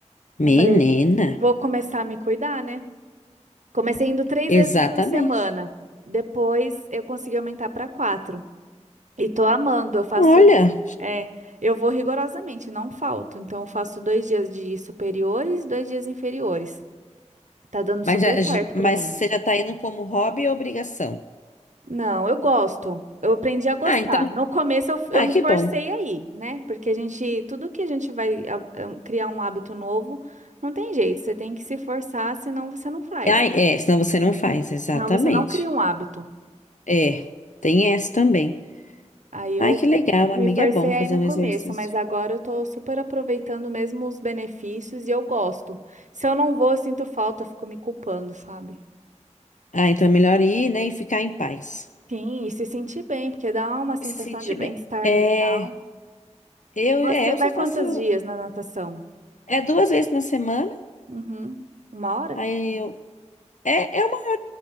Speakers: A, on the right; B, on the left.
A: Eu
B: Menina,
A: falei, vou começar a me cuidar, né? Comecei indo três
B: exatamente.
A: vezes por semana. Depois eu consegui aumentar para quatro. E tô amando, eu faço.
B: Olha,
A: É, eu vou rigorosamente, não falto. Então, eu faço dois dias de superiores, dois dias inferiores. Tá dando super
B: mas, já- já-
A: certo
B: mas
A: pra mim.
B: você já tá indo como hobby ou obrigação?
A: Não, eu gosto. Eu aprendi a gostar.
B: Ah, então,
A: No começo eu, f-
B: ah,
A: eu me
B: que
A: forcei
B: bom.
A: aí, né? Porque a gente, tudo que a gente vai a- a- criar um hábito novo, não tem jeito. Você tem que se forçar, senão você não faz.
B: Ah, é, senão você não faz, exatamente.
A: Senão você não cria um hábito.
B: É, tem essa também.
A: Aí eu
B: Ai, que legal,
A: me
B: amiga.
A: forcei
B: É bom fazer
A: aí no
B: um
A: começo,
B: exercício.
A: mas agora eu tô super aproveitando mesmo os benefícios e eu gosto. Se eu não vou, eu sinto falta, eu fico me culpando, sabe?
B: Ah, então é melhor ir, né, e ficar em paz.
A: Sim, e se sentir bem, porque dá uma sensação
B: E se sentir
A: de bem-estar
B: bem. É,
A: no final.
B: eu,
A: E você
B: é, eu
A: vai
B: só
A: quantos
B: faço
A: dias na natação?
B: é duas vezes na semana.
A: Uhum. Uma hora?
B: Aí eu é, é uma